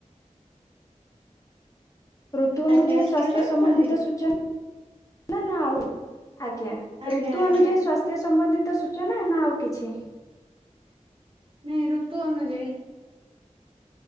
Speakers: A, on the left; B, on the right.
A: ଋତୁ ଅନୁଯାୟୀ
B: ଆଜ୍ଞା ଶୁଣି
A: ସ୍ୱାସ୍ଥ୍ୟ
B: ପାରୁଛନ୍ତି?
A: ସମ୍ବନ୍ଧିତ ସୂଚ ନା ନା ଆଉ ଆଜ୍ଞା
B: ଆଜ୍ଞା
A: ଋତୁ
B: ଆଜ୍ଞା
A: ଅନୁଯାୟୀ ସାସ୍ଥ ସ୍ଵାସ୍ଥ୍ୟ ସମ୍ବନ୍ଧିତ ସୂଚନା ନା ଆଉ କିଛି?
B: ନାଇଁ ଋତୁ ଅନୁଯାୟୀ।